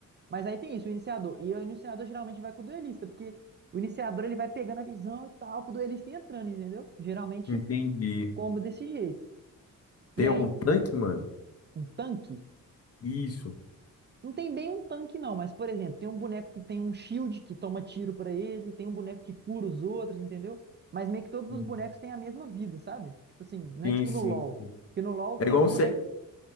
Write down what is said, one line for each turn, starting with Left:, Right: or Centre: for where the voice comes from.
Right: Mas aí tem isso, o iniciador. E o iniciador geralmente vai com o duelista, porque o iniciador ele vai pegando a visão e tal, pro duelista ir entrando, entendeu? Geralmente
Left: Entendi.
Right: comba desse jeito.
Left: Tem
Right: E aí,
Left: algum tanque, mano?
Right: um tanque.
Left: Isso.
Right: Não tem bem um tanque, não, mas, por exemplo, tem um boneco que tem um shield que toma tiro pra ele, tem um boneco que cura os outros, entendeu? Mas meio que todos os
Left: Hum.
Right: bonecos têm a mesma vida, sabe? Tipo assim, não
Left: Sim,
Right: é tipo
Left: sim.
Right: no LoL. Porque no LoL
Left: É
Right: tem
Left: igual
Right: um
Left: um, C...
Right: boneco.